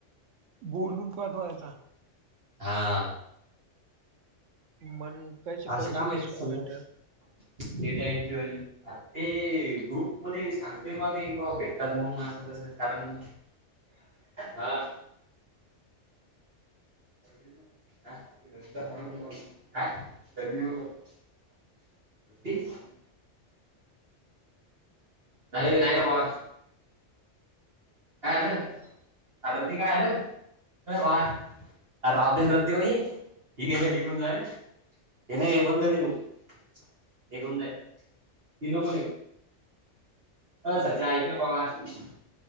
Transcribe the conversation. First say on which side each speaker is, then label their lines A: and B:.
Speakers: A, on the right; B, on the right.
A: बोलून काठवायचा.
B: हा
A: मण कायचे
B: असे
A: पैसे
B: काम
A: कसे
B: आहेत समजा
A: काय भेटतात
B: डेटा एन प्युअल ते ग्रुप मध्ये सांगते का ते बा भेटतात म्हणून कारण हा पणो. <inaudible> नाही नाही आ. काल अरबती काार हे भाय आर राव देन रद् देऊ ह हेी केेलं हे निघून जाय. हे नाही हे बंध नीलू हे घेऊन जाय ती नको अच ते ऐकलं प